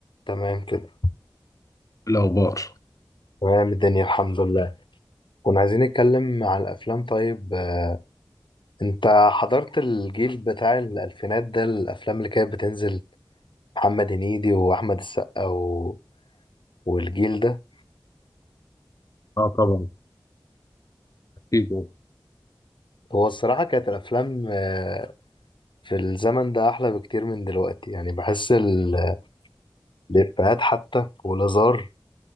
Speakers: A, on the left; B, on the left.
A: تمام كده
B: الأخبار
A: تمام الدنيا الحمد لله كنا عايزين نتكلم عن الافلام طيب آه، انت حضرت الجيل بتاع الالفينات ده الافلام اللي كانت بتنزل محمد هنيدي واحمد السقا و... والجيل ده
B: اه طبعا اكيد يعني.
A: هو الصراحة كانت الافلام آه، في الزمن ده احلى بكتير من دلوقتي يعني بحس ال- الافيهات حتى والهزار